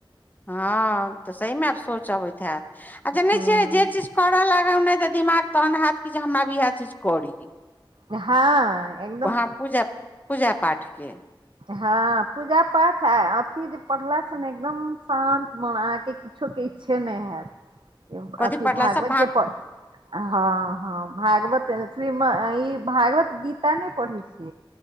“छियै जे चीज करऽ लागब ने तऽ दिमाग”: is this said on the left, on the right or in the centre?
Left